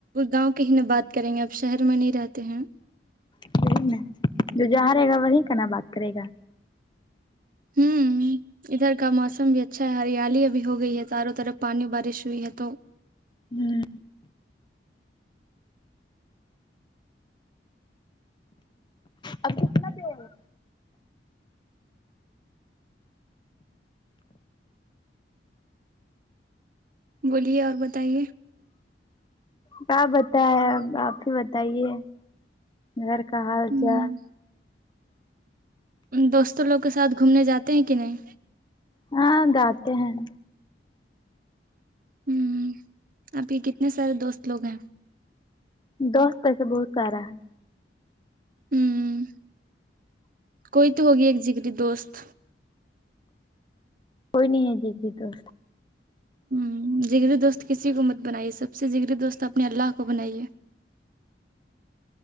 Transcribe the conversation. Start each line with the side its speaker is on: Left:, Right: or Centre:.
Right: گاؤں کی ہی ن بات کریں گے اب شہر میں نہیں رہتے ہیں
Left: سہی مے جو جہاں رہے گا وہی کنا بات کرے گا
Right: ہمم ادھر کا موسم بھی اچھا ہے ہریالی ا بھیھی ہو گئی ہے چاروں طرف پانی بارش ہوئی ہے تو
Left: ہمم اب کتنا دیر ہے
Right: بولیے اور بتائیے
Left: کیا بتا ہے آپ ہی بتائیے گھر کہا
Right: ہوں
Left: جہ
Right: دوستوں لوگ کے ساتھ گھومنے جاتے ہیں کہ نہیں
Left: ہاں جا تے ہیں
Right: ہمم آپ کے کتنے سارے دوست لوگ ہیں
Left: دس پیسہ بہت سارا ہے
Right: ہمم کوئی تو ہوگی ایک جگری دوست
Left: کوئی نہیں ہے جگری دوست
Right: ھم جری دوست کسی کو مت بنائیے سب سے جگرری دوست اپنے اللہ کو بنائیے